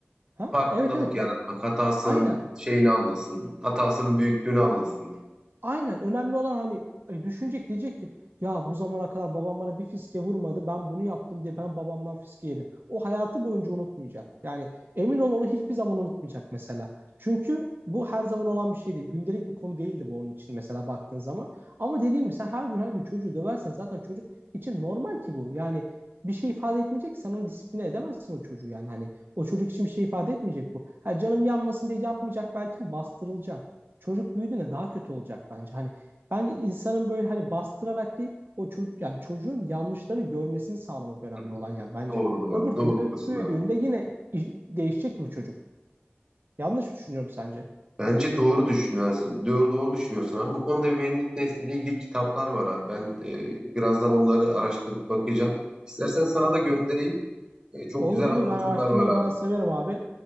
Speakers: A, on the right; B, on the right.
A: Ha?
B: Farkındalık
A: Evet evet.
B: yaratmak, hatasının
A: Aynen.
B: şeyini anlasın, hatasının büyüklüğünü anlasın.
A: Aynen önemli olan hani e, düşünecek diyecek ki ya bu zamana kadar babam bana bir fiske vurmadı ben bunu yaptım diye ben babamdan fiske yedim. O hayatı boyunca unutmayacak. Yani emin ol onu hiçbir zaman unutmayacak mesela. Çünkü bu her zaman olan bir şey değil. Gündelik bir konu değildi bu onun için mesela baktığın zaman. Ama dediğim gibi sen her gün her gün çocuğu döversen zaten çocuk için normal ki bu. Yani bir şey ifade etmeyecek ki sen onu disipline edemezsin o çocuğu yani hani o çocuk için bir şey ifade etmeyecek bu. Ha canım yanmasın diye yapmayacak belki ama bastırılacak çocuk büyüdüğünde daha kötü olacak bence. Hani bence insanın böyle hani bastırarak değil o çocuk yani çocuğun yanlışları görmesini sağlamak önemli
B: Hı hı.
A: olan yani bence.
B: Doğru doğru.
A: Öbür türlü
B: Doğru diyorsun
A: büyüdüğünde
B: abi.
A: yine iş- değişecek ki bu çocuk. Yanlış mı düşünüyorum sence?
B: Bence doğru düşünüyorsun. Doğru, doğru düşünüyorsun abi. Bu konuda ebeveynlik desteğiyle ilgili kitaplar var abi. Ben e, birazdan onları araştırıp bakacağım. İstersen sana da göndereyim. E, çok
A: Olur
B: güzel
A: olur
B: anlatımlar
A: ben araştırmayı
B: var
A: falan
B: abi.
A: severim abi.